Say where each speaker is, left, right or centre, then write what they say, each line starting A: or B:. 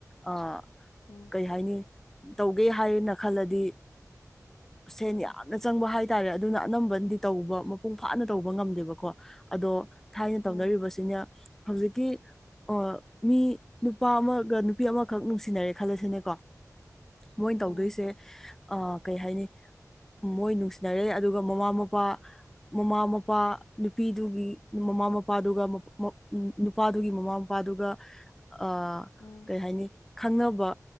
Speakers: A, in the centre; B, on the left.
A: ꯑ
B: ꯎꯝ
A: ꯀꯩ ꯍꯥꯏꯅꯤ ꯇꯧꯒꯦ ꯍꯥꯏꯅ ꯈꯜꯂꯗꯤ ꯁꯦꯟ
B: ꯎꯝ
A: ꯌꯥꯝꯅ ꯆꯪꯕ ꯍꯥꯏꯇꯥꯔꯦ ꯑꯗꯨꯅ ꯑꯅꯝꯕꯅꯗꯤ ꯇꯧꯕ ꯃꯄꯨꯡ ꯐꯥꯅ ꯇꯧꯕ ꯉꯝꯗꯦꯕꯀꯣ ꯑꯗꯣ ꯊꯥꯏꯅ
B: ꯎꯝ
A: ꯇꯧꯅꯔꯤꯕꯁꯤꯅ ꯍꯧꯖꯤꯛꯀꯤ ꯑꯣ ꯃꯤ ꯅꯨꯄꯥ ꯑꯃꯒ ꯅꯨꯄꯤ ꯑꯃꯈꯛ ꯅꯨꯡꯁꯤꯅꯔꯦ ꯈꯜꯂꯁꯤꯅꯦꯀꯣ ꯃꯣꯏꯅ ꯇꯧꯗꯣꯏꯁꯦ
B: ꯎꯝ ꯎꯝ
A: ꯀꯩ ꯍꯥꯏꯅꯤ ꯃꯣꯏ ꯅꯨꯡꯁꯤꯅꯔꯦ ꯑꯗꯨꯒ ꯃꯃꯥ ꯃꯄꯥ ꯃꯃꯥ ꯃꯄꯥ ꯅꯨꯄꯤꯗꯨꯒꯤ ꯃꯃꯥ ꯃꯄꯥꯗꯨꯒ ꯅꯨꯄꯥꯗꯨꯒꯤ ꯃꯃꯥ ꯃꯄꯥꯗꯨꯒ ꯑ
B: ꯎꯝ
A: ꯀꯩ ꯍꯥꯏꯅꯤ ꯈꯪꯅꯕ